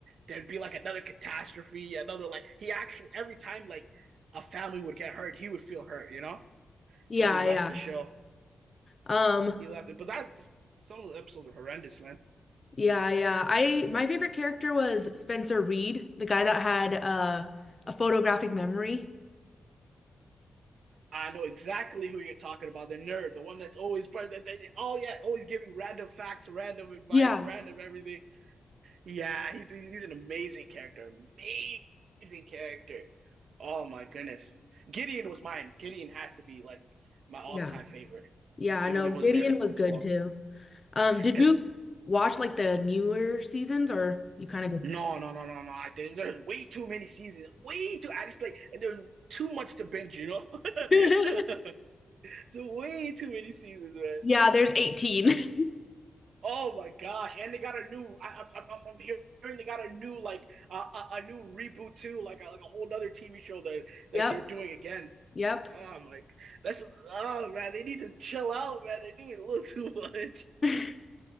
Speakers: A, on the right; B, on the left.
A: there'd be like another catastrophe, another like he actually every time like a family would get hurt, he would feel hurt, you know.
B: yeah,
A: So he left
B: yeah.
A: the show.
B: Um,
A: He left it, but that just, some of the episodes are horrendous, man.
B: yeah, yeah. I my favorite character was Spencer Reed, the guy that had uh, a photographic memory.
A: I know exactly who you're talking about. The nerd, the one that's always part that, that oh yeah, always giving random facts, random advice,
B: Yeah,
A: random everything. Yeah, he's he's an amazing character, amazing character. Oh my goodness, Gideon was mine. Gideon has to be like my all-time
B: yeah.
A: favorite,
B: Yeah, I
A: even
B: know
A: though he
B: Gideon
A: wasn't there
B: was
A: for
B: good
A: too long.
B: too. Um, did
A: Because
B: you watch like the newer seasons or you kind of
A: no,
B: just
A: no, no, no, no. I think there's way too many seasons. Way too. I just like there's too much to binge. You know, <laughs>
B: <laughs>
A: there's way too many seasons, man.
B: Yeah, there's 18. <laughs>
A: Oh my gosh! And they got a new. I, I, I'm, I'm hearing they got a new like uh, a, a new reboot too, like a, like a whole other TV show that
B: Yep.
A: that they're doing again.
B: Yep.
A: Oh my, that's oh man, they need to chill out, man. They're doing a little <laughs> too much.
B: <laughs>